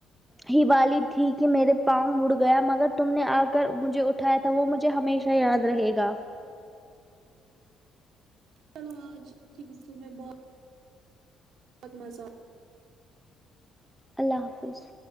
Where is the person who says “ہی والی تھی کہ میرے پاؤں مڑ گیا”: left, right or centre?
Centre